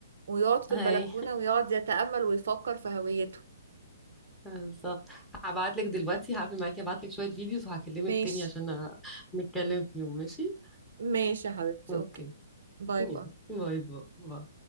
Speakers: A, on the right; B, in the centre.
A: ويقعد في
B: هاي
A: البلكونة ويقعد يتأمل ويفكر في هويته
B: بالظبط هبعت لك دلوقتي هقفل معاكي هبعت لك شوية فيديوز وهكلمك
A: ماشي
B: تاني عشان نتكلم فيهم ماشي
A: ماشي يا حبيبتي
B: اوكي
A: اوكي باي
B: يلا
A: باي
B: باي باي باي